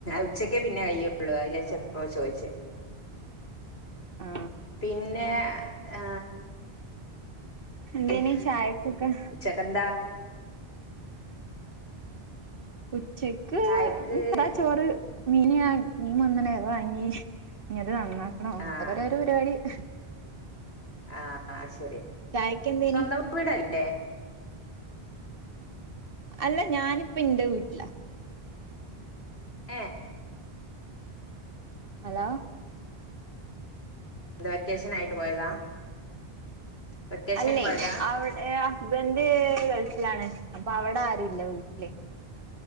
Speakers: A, on the left; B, on the right.
A: ഉച്ചക്കേ പിന്നെ കയ്യൊ‌ ള്ളൂ അയ്ജാര്ച്ച
B: ആ
A: പ്പോ ചോയ്ച്ചേ
B: ആ
A: പിന്നെ അ
B: എന്തേനി
A: <unintelligible>
B: ചായക്കൊക്കെ
A: ഉച്ചയ്ക്കെന്താ
B: ഉച്ചക്ക്
A: ചായക്ക്
B: ആ ചോറ് മീന് ഞാ മീൻ വന്ന്ണ് അത് വാങ്ങീ ത് നന്നാക്കണം
A: ആഹ്
B: ട്ടപരുരോപരുപാടി <unintelligible>
A: ആ ആ ശരി
B: ചായക്ക് എന്തേനി
A: സ്വന്തം വീടല്ലേ
B: അല്ല ഞാനിപ്പ ന്റെ വീട്ട്ലാ
A: ഏഹ്
B: ഹലോ
A: വെക്കേഷനായിട്ട് പോയതാ വെക്കേഷൻ
B: അല്ലെയ്
A: ആയിട്ട് പോയതാ
B: അവ്ടെ സ്ബന്റ് ഗൾഫിലാണ് അപ്പൊ അവടെ ആരുല്ല വീട്ടില്